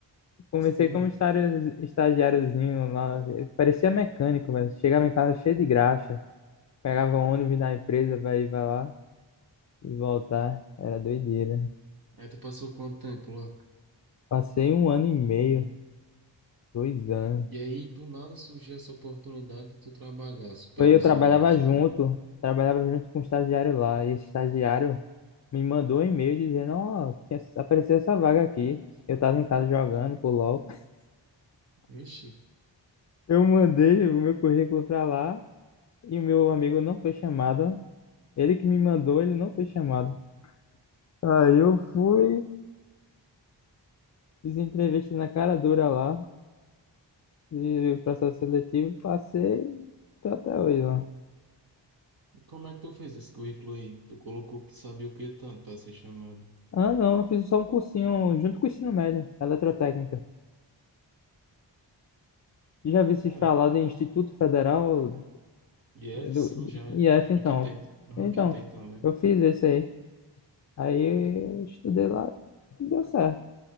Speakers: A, on the left; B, on the right.
A: Comecei
B: Sim,
A: como
B: mano.
A: estagiário- estagiáriozinho lá, parecia mecânico, velho. Chegava em casa cheio de graxa, pegava o ônibus da empresa pra ir pra lá e voltar. Era doideira.
B: Aí tu passou quanto tempo lá?
A: Passei um ano e meio, dois anos.
B: E aí, do nada surgiu essa oportunidade de tu trabalhar supervisionando
A: Foi, eu trabalhava
B: as torres.
A: junto, trabalhava junto com um estagiário lá, e esse estagiário me mandou um e-mail dizendo, ó, tinha apareceu essa vaga aqui. Eu tava em casa jogando pro LOL. <laughs>
B: Vixe,
A: Eu mandei o meu currículo pra lá e o meu amigo não foi chamado. Ele que me mandou, ele não foi chamado. Aí eu fui, fiz entrevista na cara dura lá, de processo seletivo, passei, tô até hoje lá.
B: e como é que tu fez esse currículo aí? Tu colocou que sabia o que tanto pra ser chamado.
A: Ah, não, eu fiz só um cursinho junto com o ensino médio, eletrotécnica. Já vi se
B: Caralho.
A: falar de Instituto Federal
B: IF,
A: do
B: sim, já é.
A: IF,
B: Aqui
A: então.
B: tem. Aham,
A: Então,
B: Aqui tem também.
A: eu fiz esse aí. Aí eu estudei lá e deu certo.